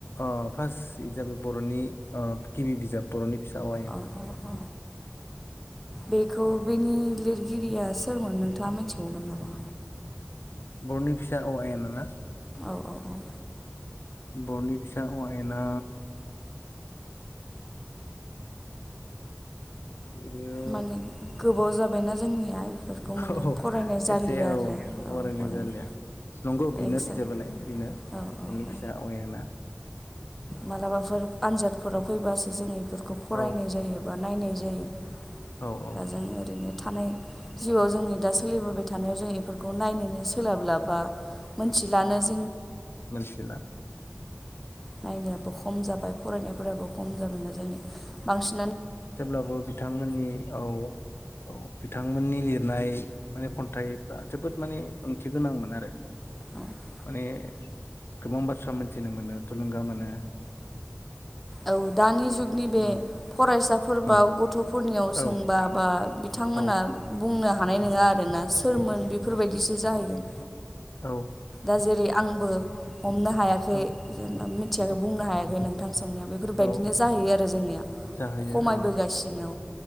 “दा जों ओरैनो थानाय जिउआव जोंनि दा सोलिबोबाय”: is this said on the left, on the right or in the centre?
Centre